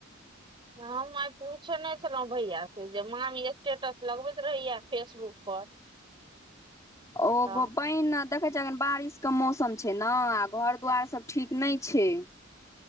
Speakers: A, on the right; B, on the left.
A: हम आइ पूछने छलहुँ भैया से जे मामी स्टेटस लगबैत रहैया फेसबुक पर
B: ओ
A: तऽ
B: गो पैन देखै छ अखन बारिश के मौसम छै ने आ घर दुवार सब ठीक नहि छै